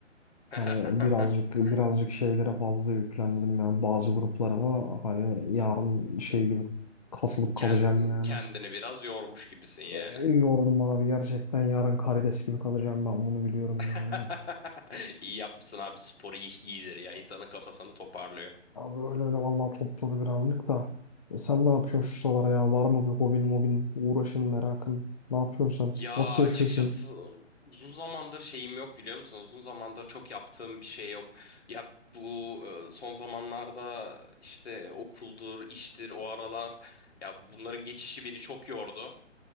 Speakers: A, on the left; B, on the left.
A: <laughs>
B: hani birazcık birazcık şeylere fazla yüklendim ya. Bazı gruplarıma hani yarın şey gibi kasılıp kalacağım
A: Kend-
B: yani.
A: kendini biraz yormuş gibisin yani.
B: E, Yordum abi gerçekten yarın karides gibi kalacağım ben bunu biliyorum
A: <laughs>
B: yani.
A: İyi yapmışsın abi. Spor iyi, iyidir ya. İnsanın kafasını toparlıyor.
B: Abi öyle öyle vallahi topladı birazcık da. E, sen ne yapıyorsun şu sıralar ya? Var mı bir hobin mobin uğraşın merakın? Ne yapıyorsun sen?
A: Ya
B: Nasıl
A: açıkçası
B: yaşıyorsun?
A: uzun zamandır şeyim yok biliyor musun? Uzun zamandır çok yaptığım bir şey yok. Ya bu e, son zamanlarda işte okuldur, iştir, o aralar ya bunların geçişi beni çok yordu.